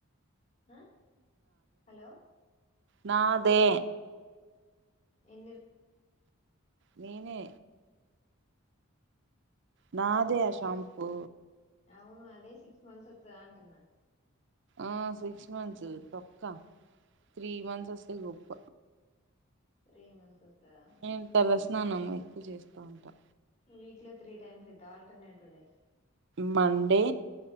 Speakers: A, on the left; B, on the right.
A: ఆ హలో
B: నాదే
A: ఎన్నిర్
B: నేనే నాదే ఆ షాంపూ
A: అవును అదే సిక్స్ మంత్స్ వత్తదా అంటున్నా
B: ఆ సిక్స్ మంత్స్ తొక్క త్రీ మంత్స్ వస్తే గొప్ప
A: త్రీ మంత్స్ వత్తదా
B: ఏం టదస్ స్నానం ఎక్కువ చేస్తా ఉంటా
A: వీక్ లో త్రీ టైమ్స్ ఐతే alternative days
B: Monday